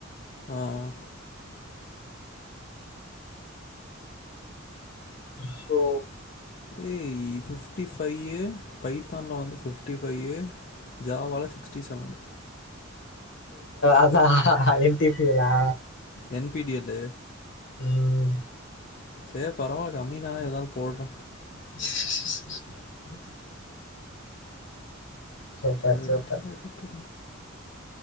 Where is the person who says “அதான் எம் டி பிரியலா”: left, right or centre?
Left